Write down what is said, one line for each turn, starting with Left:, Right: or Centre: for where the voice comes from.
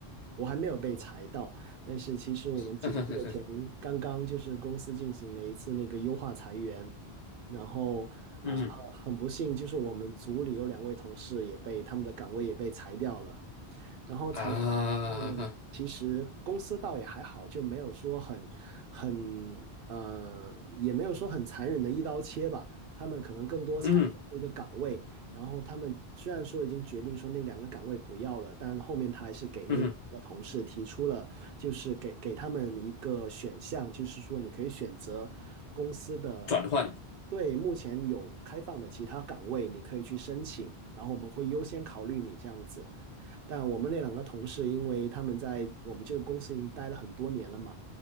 Right: 我还没有被裁到。但是其实我们几个月前刚刚就是公司进行了一次那个优化裁员，
Left: <laughs>
Right: 然后啊，
Left: 嗯
Right: 呃很很不幸，就是我们组里有两位同事也被他们的岗位也被裁掉了。然后裁掉以后呢，
Left: 啊，
Right: 其实公司倒也还好，就没有说很很呃，也没有说很残忍的一刀切吧。他们可能更多裁掉一个岗位，
Left: 嗯
Right: 然后他们虽然说已经决定说那两个岗位不要了，但后面他还是给那个同事提出了，
Left: 嗯，
Right: 就是给给他们一个选项，就是说你可以选择公司的
Left: 转换。
Right: 对目前有开放的其他岗位，你可以去申请，然后我们会优先考虑你这样子。但我们那两个同事，因为他们在我们这个公司已经待了很多年了嘛，